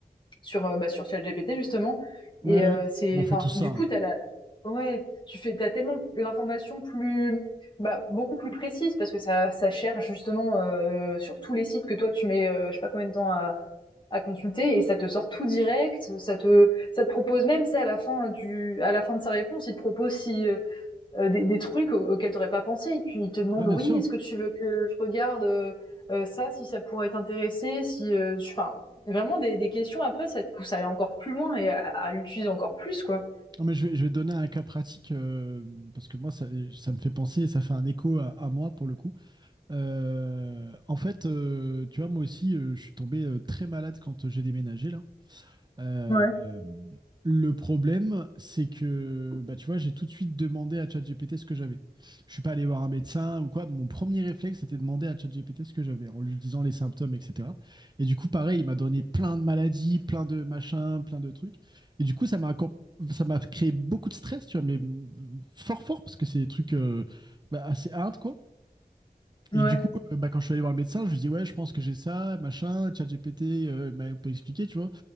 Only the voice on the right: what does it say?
Ouais,
ouais.
Bon, on fait
tout ça.
hein.
Ah, bien
sûr.
Non, mais je vais, je vais te donner un cas pratique euh, parce que moi, ça, ça me fait penser, ça fait un écho à, à moi pour le coup. Euh, en fait, euh, tu vois, moi aussi, euh, je suis tombé euh, très malade quand euh, j'ai déménagé là. Euh,
euh, le problème, c'est que, bah, tu vois, j'ai tout de suite demandé à ChatGPT ce que j'avais. Je suis pas allé voir un médecin ou quoi. Mon premier réflexe, c'était de demander à ChatGPT ce que j'avais, en lui disant les symptômes, etc. Et du coup, pareil, il m'a donné plein de maladies, plein de machins, plein de trucs. Et du coup, ça m'a encore- ça m'a créé beaucoup de stress, tu vois, mais mm, fort fort parce que c'est des trucs euh, bah, assez hard, quoi.
Et du coup, euh, bah, quand je suis allé voir le médecin, je lui dis ouais, je pense que j'ai ça, machin, ChatGPT euh, m'a un peu expliqué, tu vois.